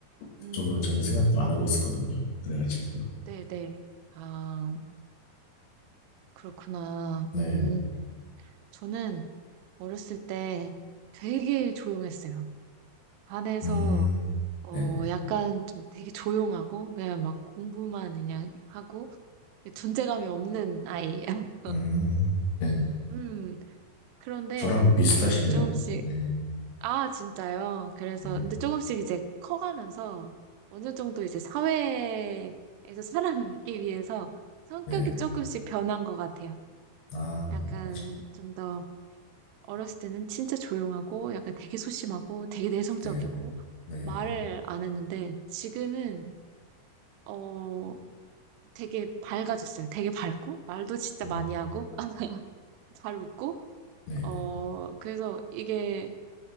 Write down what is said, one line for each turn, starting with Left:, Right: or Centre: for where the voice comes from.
Left: 그쪽으로는
Right: 음,
Left: 전혀 생각도 안 하고 있었거든요. 그래가지고.
Right: 네, 네. 아. 그렇구나.
Left: 네네.
Right: 음, 저는 어렸을 때 되게 조용했어요. 반에서,
Left: 음,
Right: 어,
Left: 네네.
Right: 약간 좀 되게 조용하고, 그냥 막 공부만 그냥 하고, 존재감이 없는 아이. <laughs>
Left: 음, 네네.
Right: 음, 그런데
Left: 저랑 비슷하시네요.
Right: 이제 조금씩,
Left: 네,
Right: 아, 진짜요? 그래서,
Left: 네네.
Right: 근데 조금씩 이제 커가면서 어느 정도 이제 사회에서 살아가기 위해서 성격이
Left: 네 네네.
Right: 조금씩 변한 것 같아요.
Left: 아, 네네.
Right: 약간
Left: 맞아요.
Right: 좀 더, 어렸을 때는 진짜 조용하고 약간 되게 소심하고 되게 내성적이고
Left: 네네. 네네.
Right: 말을 안 했는데 지금은 어 되게 밝아졌어요. 되게 밝고 말도 진짜
Left: 음,
Right: 많이 하고 <laughs> 잘 웃고
Left: 네네.
Right: 어 그래서 이게